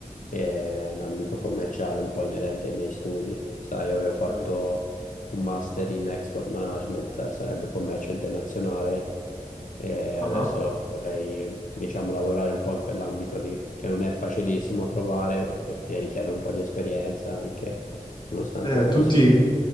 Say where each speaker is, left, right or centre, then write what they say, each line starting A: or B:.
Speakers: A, on the left; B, on the left.
A: e un ambito commerciale un po' inerente ai miei studi. Sai, avevo fatto
B: Dai.
A: un master in export management, eh, sarebbe commercio internazionale, e adesso
B: Ah.
A: vorrei, diciamo, lavorare un po' in quell'ambito lì, che non è facilissimo trovare eh, perché richiede un po' di esperienza anche nonostante
B: Eh,
A: uno
B: tutti,
A: sia...